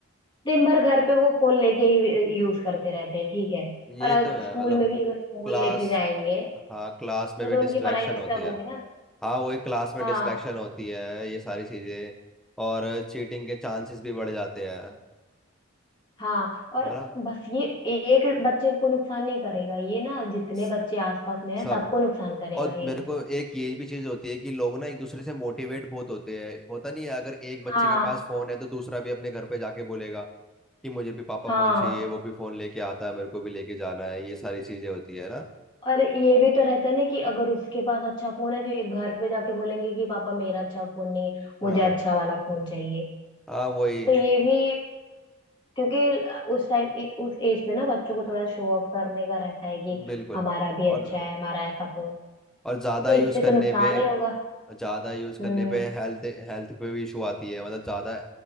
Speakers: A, on the left; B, in the centre.
A: दिन भर घर पे वो फोन लेके ही यूज करते रहते हैं ठीक है
B: ये
A: और आज
B: तो है
A: स्कूल
B: मतलब
A: में भी अगर फोन
B: क्लास
A: लेके जाएंगे
B: हाँ क्लास में
A: तो,
B: भी
A: तो
B: डिस्ट्रैक्शन
A: उनकी पढ़ाई डिस्टर्ब
B: होती है
A: होगी ना
B: हाँ वही क्लास में
A: हाँ
B: डिस्ट्रैक्शन होती है ये सारी चीज़ें और चीटिंग के चांसेस भी बढ़ जाते हैं
A: हाँ और
B: है ना
A: बस ये एक बच्चे को नुकसान नहीं करेगा ये ना जितने
B: स-
A: बच्चे आसपास में हैं
B: सब
A: सबको नुकसान करेगा
B: और
A: ये
B: मेरे को एक ये भी चीज़ होती है कि लोग ना एक दूसरे से मोटिवेट बहुत होते हैं होता नहीं है अगर एक बच्चे
A: हाँ
B: के पास फ़ोन है तो दूसरा भी अपने घर पे जाके बोलेगा कि मुझे भी पापा
A: हाँ
B: फ़ोन चाहिए वो भी फ़ोन लेके आता है मेरे को भी लेके जाना है ये सारी चीज़ें होती है ना
A: और ये भी तो रहता है ना कि अगर उसके पास अच्छा फोन है तो ये घर पे जाके बोलेंगे कि पापा मेरा अच्छा फोन नहीं है मुझे
B: हाँ
A: अच्छा वाला फोन चाहिए
B: हाँ वही
A: तो ये भी क्योंकि उस टाइम उस एज में ना बच्चों को थोड़ा शो ऑफ करने का रहता है कि
B: बिल्कुल
A: हमारा भी अच्छा
B: और
A: है हमारा ऐसा फोन
B: और ज़्यादा
A: तो
B: यूज़
A: इससे
B: करने
A: तो नुकसान
B: पे
A: ही होगा
B: ज़्यादा यूज़ करने
A: हम्म
B: पे हेल्थ हेल्थ पे भी इशू आती है मतलब ज़्यादा